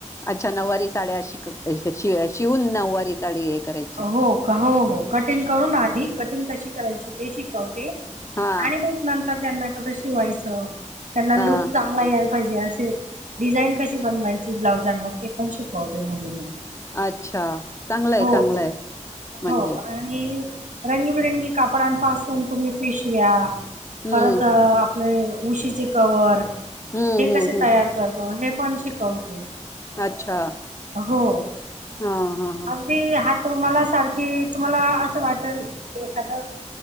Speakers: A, on the left; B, on the right.
A: अच्छा नऊवारी साड्या शिकवू अ श शिवून नऊवारी साडी हे कराय
B: हो हो हो, कटिंग करून आधी कटिंग कशी करायची ते शिकवते?
A: हा.
B: आणि मग नंतर त्यांना कसं शिवायचं? त्यांना
A: हा
B: लूप चा चांगला यायला पाहिजे असे, डिझाईन कशी बनवायची ब्लाउजांवर ते पण शिकवते मुलींना.
A: अच्छा, चांगलंय
B: हो
A: चांगलंय. म्हणजे
B: हो, आणि रंगीबिरंगी कापडांपासून तुम्ही पिशव्या
A: हम्म
B: परत आपलं हे उशीचे कवर
A: हम्म
B: हे कसे
A: हम्म हम्म
B: तयार करतो हे पण शिकवते,
A: अच्छा
B: हो.
A: हा हा हा
B: की हातरुमाला सारखी तुम्हाला असं वाटल की एखादं